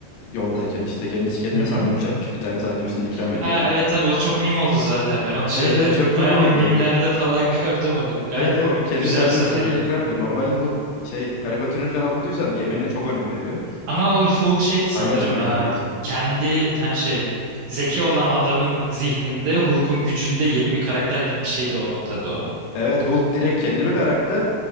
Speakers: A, on the left; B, on the right.
A: yoldayken işte kendisi kendine
B: Hı hı.
A: sandviç yapmış. Bir tane sandviçinden ikram
B: Ha
A: ediyor.
B: evet tabii o çok meme oldu zaten. Ben onu şeyde
A: Evet evet çok meme
B: bayağı
A: oldu.
B: bir mimlerde falan <laughs> gördüm onu. Gayet
A: Evet evet
B: komik
A: kendi
B: güzel
A: sandviçinden
B: bir sahneydi.
A: böyle ikram ediyor. Normalde Hulk şey karikatürünü falan okuduysan yemeğine çok önem veriyor.
B: Ama Ulf Hulk şeydi sanırım.
A: Paylaşmıyor
B: e,
A: neredeyse.
B: kendi hani şey zeki olan adamın zihninde Hulk'un gücünde yeni bir karakter gibi bir şeydi o noktada o.
A: Evet Hulk direkt kendi bir karakter.